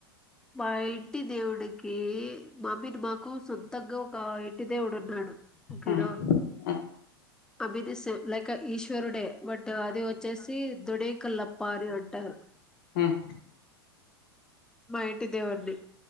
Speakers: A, in the centre; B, on the left (about 60°).
A: మా ఇంటి దేవుడికి మామీత్ మాకు సొంతంగా ఒక ఇంటి దేవుడు ఉన్నాడు ఓకేనా
B: ఉమ్ ఉమ్
A: అమీదీ సేమ్ లైక్ ఈశ్వరుడే బటూ అది వచ్చేసి దుడేక్ కల్లాపారి అంటర్
B: ఉమ్
A: మాఇంటి దేవున్ని